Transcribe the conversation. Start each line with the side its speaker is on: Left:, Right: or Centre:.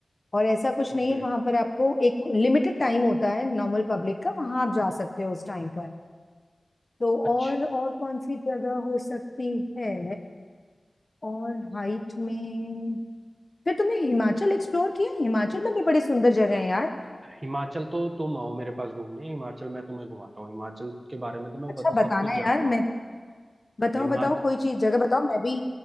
Left: और ऐसा कुछ
Right: ओके
Left: नहीं है वहाँ पर आपको एक लिमिटेड टाइम होता है नॉर्मल पब्लिक का वहाँ आप जा सकते हो उस टाइम पर तो
Right: अच्छा
Left: और और कौन सी जगह हो सकती है और हाइट में फिर तुमने हिमाचल एक्सप्लोर किया हिमाचल में भी बड़ी सुंदर जगह है यार
Right: हिमाचल तो तुम आओ मेरे पास घूमने हिमाचल मैं तुम्हें घुमाता हूँ हिमाचल के बारे में तो मैं
Left: अच्छा
Right: बत,
Left: बताना
Right: सब कुछ जानता
Left: यार
Right: हूँ
Left: मैं बताओ
Right: हिमाच
Left: बताओ कोई चीज जगह बताओ मैं भी